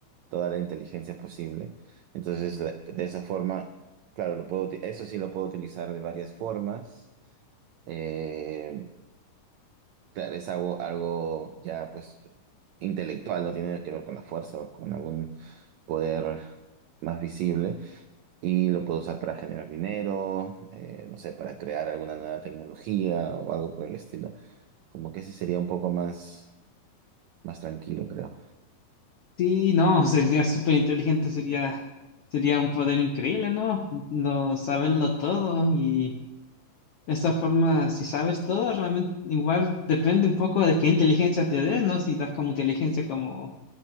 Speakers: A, on the right (about 80°); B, on the left (about 70°).
A: toda la inteligencia posible. Entonces, la- de esa forma, claro, lo puedo, uti- eso sí lo puedo utilizar de varias formas. Eh, Claro, es algo, algo ya pues intelectual, no tiene que ver con la fuerza o con algún poder más visible. Y lo puedo usar para generar dinero, eh, no sé, para crear alguna nueva tecnología o algo por el estilo. Como que ese sería un poco más, más tranquilo, creo.
B: Sí, no, <laughs> sería súper inteligente, sería, sería un poder increíble, ¿no? No saberlo todo y esa forma, si sabes todo, realmente igual depende un poco de qué inteligencia te des, ¿no? Si das como inteligencia como